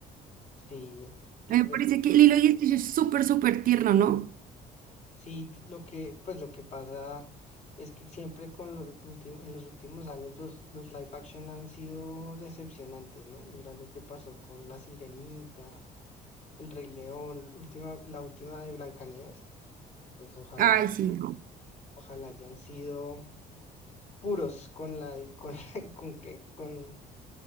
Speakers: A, on the left (about 40°); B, on the right (about 55°).
A: Sí, tú
B: Me
A: crees,
B: parece que Lilo y Stitch es súper, súper tierno, ¿no?
A: sí, lo que, pues lo que pasa es que siempre con lo ulti- en los últimos años los, los live action han sido decepcionantes, ¿no? Mira lo que pasó con La Sirenita, El Rey León, última, la última de Blancanieves, pues ojalá,
B: Ay, sí, no.
A: ojalá hayan sido puros con la, con, <laughs> ¿con qué? Con,